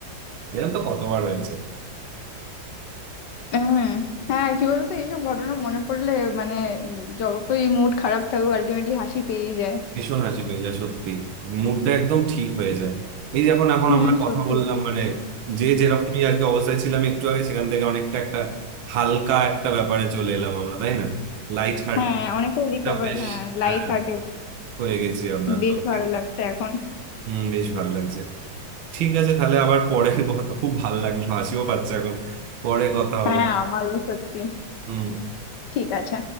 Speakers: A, on the right (about 85°); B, on the left (about 65°).
A: এরকম তো কতবার হয়েছে
B: হুম হ্যাঁ কি বলতো এইসব ঘটনা মনে পড়লে মানে উম, যতই মুড খারাপ থাকুক আলটিমেটলি হাসি পেয়েই যায়
A: ভীষণ হাসি পেয়ে যায় সত্যি মুডটা একদম ঠিক হয়ে যায় এই যখন এখন
B: হুম
A: আমরা কথা
B: সত্যি
A: বললাম মানে যে যেরকমই আর কি অবস্থায় ছিলাম একটু আগে সেখান থেকে অনেকটা একটা হালকা একটা ব্যাপারে চলে এলাম আমরা তাই না লাইট হার্টটা
B: হ্যাঁ অনেকটাই রিকভার
A: বেশ
B: হ্যাঁ লাইট
A: হ্যাঁ,
B: হার্টেড
A: হয়ে গেছি আমরা
B: বেশ
A: সত্যি
B: ভালো লাগছে এখন
A: হম বেশ ভালো লাগছে ঠিক আছে তাহলে আবার পরে কথা খুব ভালো লাগলো হাসিও পাচ্ছে এখন পরে কথা হবে
B: হ্যাঁ আমারও সত্যি
A: হম
B: ঠিক আছে